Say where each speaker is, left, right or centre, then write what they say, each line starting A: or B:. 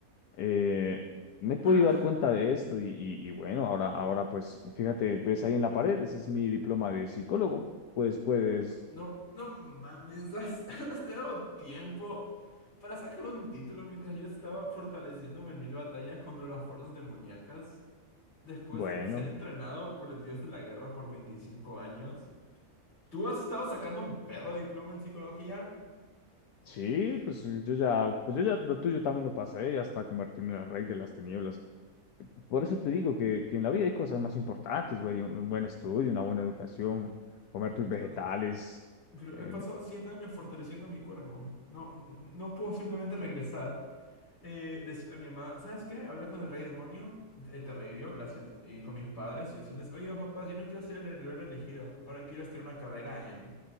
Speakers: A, on the left (about 80°); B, on the left (about 45°).
A: eh, me he podido
B: <sighs>
A: dar cuenta de esto y, y, y bueno, ahora, ahora pues fíjate, ves ahí en la pared, ese es mi diploma de psicólogo. Pues puedes,
B: No, no mames, has, <laughs> has dado tiempo para sacar un título mientras yo estaba fortaleciéndome en mil batallas contra las fuerzas demoníacas. Después
A: bueno,
B: de ser entrenado por el dios de la guerra por 25 años. ¿Tú has estado sacando un perro diploma en psicología?
A: sí,
B: Oh my.
A: pues yo ya, pues yo ya lo tuyo también lo pasé y hasta convertirme en el rey de las tinieblas. Por eso te digo que, que en la vida hay cosas más importantes, güey. Un, un buen estudio, una buena educación, comer tus
B: Pero
A: vegetales,
B: no Pero
A: eh,
B: he pasado 100 años fortaleciendo mi cuerpo. No, n- n- no puedo simplemente regresar, eh, decirle a mi mamá, ¿sabes qué? Hablar con el rey demonio, eh, te revivió, gracias. Y con mis padres y decirles, oigan papás, yo no quiero ser el heredero elegido. Ahora quiero estudiar una carrera en